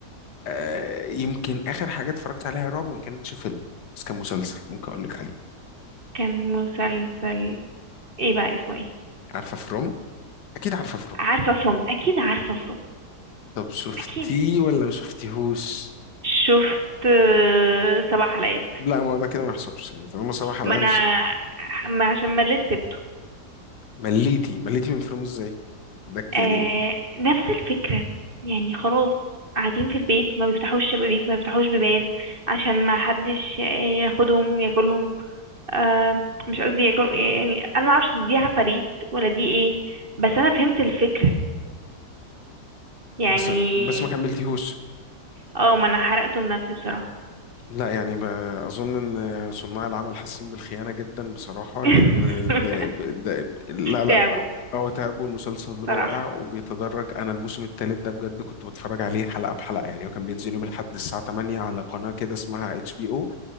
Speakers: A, on the left; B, on the right.
A: آه يمكن اخر حاجه اتفرجت عليها رعب ما كانتش فيلم بس كان مسلسل ممكن اقول لك عليه
B: كان مسلسل ايه بقى اسمه ايه
A: عارفه فروم اكيد عارفه
B: عارفه فروم اكيد عارفه فروم
A: طب شفتيه
B: اكيد
A: ولا ما شفتيهوش
B: شفت آه، سبع حلقات
A: لا ما هو ده كده ما يحسبش يعني طالما سبع حلقات
B: ما انا
A: بس-
B: ما عشان مليت سبته
A: مليتي مليتي من فيلم ازاي ده ك-
B: آه
A: يعني
B: نفس الفكرة يعني خلاص قاعدين في البيت ما بيفتحوش شبابيك ما بيفتحوش بيبان عشان ما حدش آه، ياخدهم ياكلهم آه مش قصدي ياكل يعني انا ما اعرفش دي عفاريت ولا دي ايه بس انا فهمت الفكرة يعني
A: بس بس ما كملتيهوش
B: اه ما انا حرقته لنفسي بصراحة
A: لا يعني ب- اظن ان صناع العمل حاسين بالخيانه جدا بصراحه
B: <laughs>
A: لان ده, ده لا لا
B: تعبوا
A: هو تعب والمسلسل
B: صراحة
A: رائع وبيتدرج انا الموسم الثالث ده بجد كنت بتفرج عليه حلقه بحلقه يعني هو كان بينزل يوم الاحد الساعه 8 على قناه كده اسمها اتش بي او